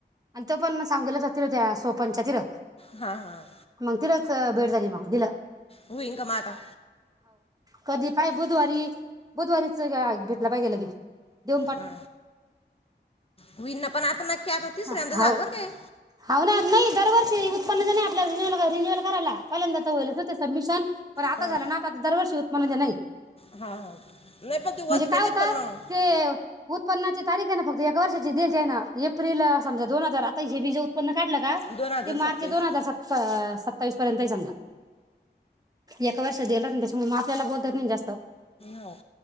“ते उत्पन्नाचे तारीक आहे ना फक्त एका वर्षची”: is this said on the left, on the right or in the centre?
Right